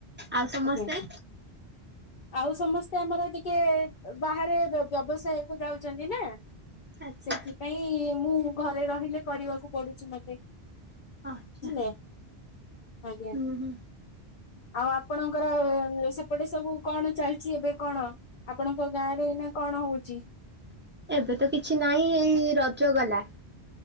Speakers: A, on the right (about 20°); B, on the left (about 55°).
A: ଆଉ ସମସ୍ତେ?
B: ଆଜ୍ଞା ଆଉ ସମସ୍ତେ ଆମର ଟିକେ ବାହାରେ ବ୍ୟବସାୟକୁ ଯାଉଛନ୍ତି ନା।
A: ଆଚ୍ଛା।
B: ସେଥିପାଇଁ ମୁଁ ଘରେ ରହିଲେ କରିବାକୁ ପଡୁଛି ମତେ।
A: ଆଛା
B: ବୁଝିଲେ ଆଜ୍ଞା
A: ଉଁ ହୁଁ।
B: ଆଉ ଆପଣଙ୍କର ସେପଟେ ସବୁ କଣ ଚାଲିଛି ଏବେ କଣ ଆପଣ ଙ୍କ ଗାଁରେ ଏଇନା କଣ ହଉଛି?
A: ଏବେ ତ କିଛି ନାହିଁ ଏଇ ରଜ ଗଲା।